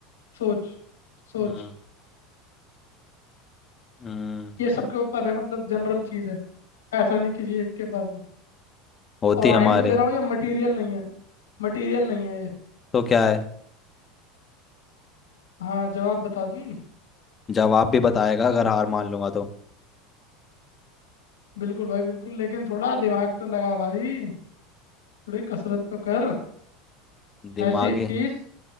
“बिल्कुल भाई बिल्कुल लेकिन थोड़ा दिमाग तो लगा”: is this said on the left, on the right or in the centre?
Left